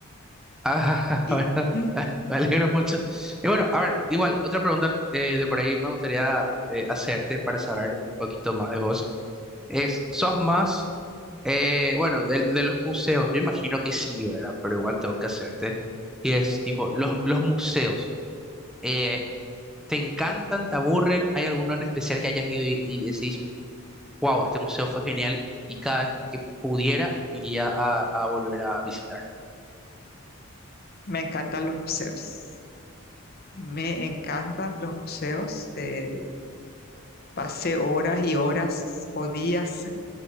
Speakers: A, in the centre; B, on the left.
A: Ah,
B: y
A: <laughs> bueno,
B: ujú,
A: me alegro mucho. Y bueno, a ver, igual, otra pregunta eh, de por ahí me gustaría eh, hacerte para saber un poquito más de vos. Es, ¿sos más, eh, bueno, del- de, los museos? Yo imagino que sí, ¿verdad? Pero igual tengo que hacerte. Y es tipo, los, los museos, eh, ¿te encantan, te aburren? ¿Hay alguno en especial que hayas ido y, y decís, wow, este museo fue genial y cada vez que pudiera iría a, a volver a visitar?
B: me encantan los museos. Me encantan los museos. eh, pasé horas y horas o días <laughs>